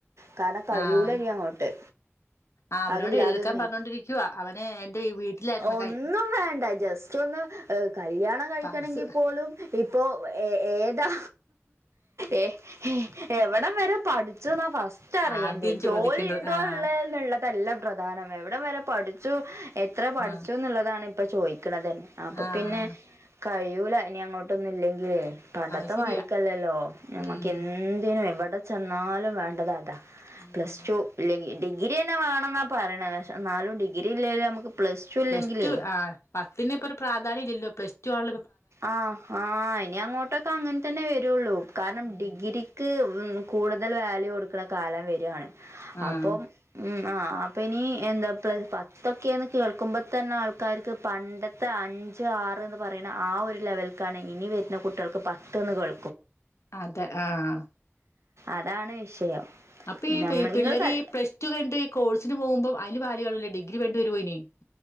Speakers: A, on the right; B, on the left.
A: കാരണം കഴിയൂലഞ്ഞി
B: ആഹ്
A: അങ്ങോട്ട്
B: ആഹ് അവനോട്
A: അതില്ലാ
B: എഴുതിയെടുക്കാൻ
A: അതൊന്നേ
B: പറഞ്ഞോണ്ടിരിക്കുവാ അവന് എന്റെ ഈ വീട്ടിലായിരുന്നു
A: ഒന്നും
B: കൈ
A: വേണ്ട ജസ്റ്റ് ഒന്ന് ഏ കല്യാണം കഴിക്കണമെങ്കിൽ
B: പാസ്
A: പോലും ഇപ്പോ ഏ ഏതാ ഏ എവിടം വരെ പഠിച്ചു എന്ന ഫസ്റ്റ് അറിയന്റെേ
B: ആദ്യം
A: ജോലി
B: ചോദിക്കേണ്ടത്
A: ഉണ്ടോ
B: ആഹ്
A: ഉള്ളുള്ള പ്രധാനം എവിടം വരെ പഠിച്ചു എത്ര പഠിച്ചു
B: ആഹ്
A: എന്നുള്ളതാണ് ഇപ്പ ചോദിക്കുന്നത് ന്നെ അപ്പൊ
B: ആഹ്
A: പിന്നെ കഴൂല ഇനി അങ്ങോട്ടൊന്നും ഇല്ലെങ്കില് പണ്ടത്തെ
B: അത് ശരിയാ
A: മാരിക്കല്ലല്ലോ നമ്മക്ക്
B: ഉം
A: എന്തിനും എവിടെ ചെന്നാലും വേണ്ടതാ അതാ
B: ഉം
A: പ്ലസ് ടു ഡിഗ്രി തന്നെ വേണംെന്നാ പറയണ പക്ഷ നാലും ഡിഗ്രി ഇല്ലെലും നമുക്ക് പ്ലസ് ടു ഇല്ലെങ്കിലേ
B: പ്ലസ്ടു ആ പത്തിന് ഇപ്പൊ ഒരു പ്രാധാന്യം ഇല്ലോ പ്ലസ്ടു ആണ
A: ആഹ് ആഹ് ഇനി അങ്ങോട്ടൊക്കെ അങ്ങനെ തന്നെ വെരോള്ളൂ കാരണം
B: ഉം
A: ഡിഗ്രിക്ക് മ് കൂട്തൽ വാല്യൂ കൊട്ക്ക്ണ കാലം വെരാണ്
B: ആഹ്
A: അപ്പം മ് ആഹ് അപ്പ ഇനി എന്താ പ്ള് പത്തൊക്കേന്ന് കേൾക്കുമ്പതന്നെ ആൾക്കാര്ക്ക് പണ്ടത്തെ അഞ്ച് അഞ്ച്, ആറ്ന്ന് പറയ്ണ ആ ഒര് ലെവൽക്കാണ് ഇനി വര്ണ കുട്ട്യാൾക്ക് പത്ത്ന്ന് കേൾ
B: അതെ ആഹ്
A: അതാണ് വിഷയം
B: അപ്പേ ഈ
A: നമ്മൾ
B: പേ പിള്ളേര്
A: ഇങ്ങള് കൽ
B: പ്ലസ് റ്റു കയിഞ്ഞ്ട്ട് കോഴ്സിന് പോകുഭം അതിന് പായണില്ലേ ഡിഗ്രി പണ്ട് പോയിണത്